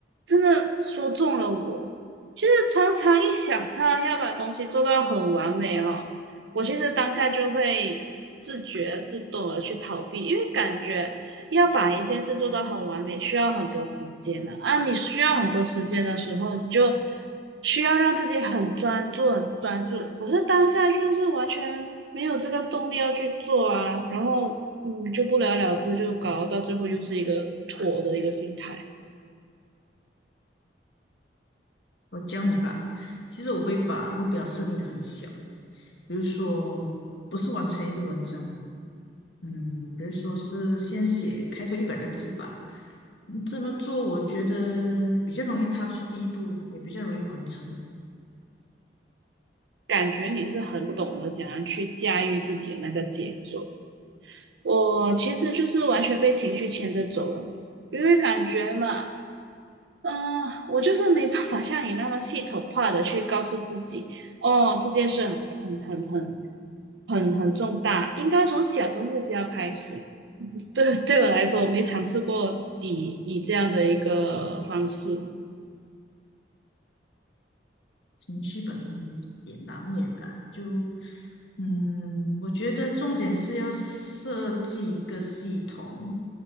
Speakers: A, on the right; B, on the left.
A: 真的说中了我。其实常常一想到要把东西做到很完美哦，我现在当下就会自觉自动的去逃避，因为感觉要把一件事做到很完美，需要很多时间的啊。你需要很多时间的时候，你就需要让自己很专注、很专注。可是当下就是完全没有这个动力要去做啊，然后嗯，就不了了之，就搞到最后又是一个妥的一个心态。
B: 我教你吧。其实我会把目标设定的很小，比如说不是完成一个文章，嗯，比如说是先写开头一百个字吧。嗯这么做我觉得比较容易踏出第一步，也比较容易完成。
A: 感觉你是很懂得怎样去驾驭自己的那个节奏。我其实就是完全被情绪牵着走了嘛，因为感觉嘛。嗯，我就是没办法像你那么系统化的去告诉自己，哦，这件事很很很很很很重大，应该从小的目标开始。对对我来说，我没尝试过以以这样的一个方式。
B: 情绪本身也难免的，就嗯，我觉得重点是要设计一个系统，